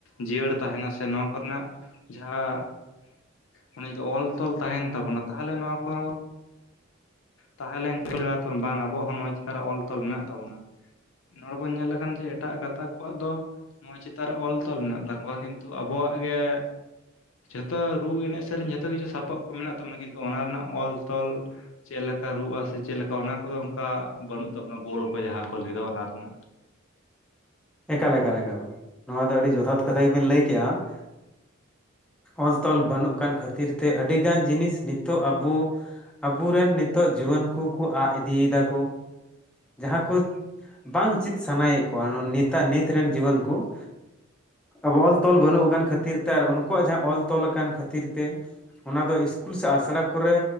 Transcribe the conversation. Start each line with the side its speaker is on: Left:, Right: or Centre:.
Left: ᱡᱤᱭᱟᱹᱲ ᱛᱟᱦᱮᱱᱟ ᱥᱮ ᱱᱚᱣᱟ ᱠᱚ ᱨᱮᱱᱟᱜ ᱡᱟᱦᱟ ᱢᱟᱱᱮ ᱡᱩᱫᱤ ᱚᱞ-ᱛᱚᱞ ᱛᱟᱦᱮᱱ ᱛᱟᱵᱚᱱᱟ ᱛᱟᱦᱞᱮ ᱱᱚᱣᱟ ᱠᱚ ᱛᱟᱦᱮ ᱞᱮᱱ <unintelligible> ᱵᱟᱝ ᱟᱵᱚᱣᱟᱜ ᱦᱚᱸ ᱱᱚᱣᱟ ᱪᱮᱛᱟᱱ ᱨᱮ ᱚᱞ ᱛᱚᱞ ᱢᱮᱱᱟᱜ ᱛᱟᱵᱚ ᱱᱟ ᱾ ᱱᱚᱰᱮ ᱵᱚᱱ ᱧᱮᱞ ᱞᱮᱠᱷᱟᱱ ᱡᱮ ᱮᱴᱟᱜ ᱜᱟᱛᱟᱠ ᱠᱚᱣᱟᱜ ᱫᱚ -ᱼ ᱱᱚᱣᱟ ᱪᱮᱛᱟᱱ ᱨᱮ ᱚᱞ ᱛᱚᱞ ᱢᱮᱱᱟᱜ ᱛᱟᱠᱚᱣᱟ ᱠᱤᱱᱛᱩ ᱟᱵᱚᱣᱟᱜ ᱜᱮ ᱡᱷᱚᱛᱚ ᱨᱩᱸ ᱮᱱᱮᱡ ᱥᱮᱹᱨᱮᱹᱧ ᱡᱷᱚᱛᱚ ᱠᱤᱪᱷᱩ ᱥᱟᱯᱟᱯ ᱠᱚ ᱢᱮᱱᱟᱜ ᱛᱟᱵᱚ ᱱᱟ ᱠᱤᱱᱛᱩ ᱚᱱᱟ ᱨᱮᱱᱟᱜ ᱚᱞ ᱛᱚᱞ ᱪᱮᱫ ᱞᱮᱠᱟ ᱨᱩᱜᱼᱟ ᱥᱮ ᱪᱮᱫ ᱞᱮᱠᱟ ᱚᱱᱟ ᱠᱚᱫᱚ ᱚᱱᱠᱟ ᱵᱟᱹᱱᱩᱜ ᱛᱟᱵᱚ ᱱᱟ ᱵᱳᱞ ᱠᱚ ᱡᱟᱦᱟ ᱠᱚ ᱞᱟᱹᱭ ᱫᱟ ᱚᱱᱟ ᱨᱮᱱᱟᱜ ᱾
Centre: ᱮᱠᱟᱞ, -ᱮᱠᱟᱞ -ᱮᱠᱟᱞ, ᱱᱚᱣᱟ ᱫᱚ ᱟᱹᱰᱤ ᱡᱚᱛᱷᱟᱛ ᱠᱟᱛᱷᱟ ᱜᱮ ᱵᱤᱱ ᱞᱟᱹᱭ ᱠᱮᱜᱼᱟ ᱾ ᱚᱞ ᱛᱚᱞ ᱵᱟᱹᱱᱩᱜ ᱠᱟᱱ ᱠᱷᱟᱹᱛᱤᱨ ᱛᱮ ᱟᱹᱰᱤ ᱜᱟᱱ ᱡᱤᱱᱤᱥ ᱱᱤᱛᱚᱜ ᱟᱵᱚ ᱟᱵᱚ ᱨᱮᱱ ᱱᱤᱛᱚᱜ ᱡᱩᱣᱟᱹᱱ ᱠᱩᱠᱚ ᱟᱫ <unintelligible> ᱤᱫᱤ ᱫᱟ ᱠᱚ ᱡᱟᱦᱟ ᱠᱚ ᱵᱟᱝ ᱪᱮᱫ ᱥᱟᱱᱟᱭ ᱮᱫ ᱠᱚᱣᱟ ᱱᱤᱛ ᱾ ᱛᱟᱨ ᱱᱤᱛ ᱨᱮᱱ ᱡᱩᱣᱟᱹᱱ ᱠᱚ ᱾ <unintelligible> ᱚᱞ ᱛᱚᱞ ᱵᱟᱹᱱᱩᱜ ᱟᱠᱟᱱ ᱠᱷᱟᱹᱛᱤᱨ ᱛᱮ ᱟᱨ ᱩᱱᱠᱩᱣ ᱟᱜ ᱡᱟᱦᱟ ᱚᱞ ᱛᱚᱞ ᱟᱠᱟᱱ ᱠᱷᱟᱹᱛᱤᱨ ᱛᱮ ᱚᱱᱟ ᱫᱚ ᱤᱥᱠᱩᱞ ᱥᱮ ᱟᱥᱲᱟ ᱠᱚᱨᱮ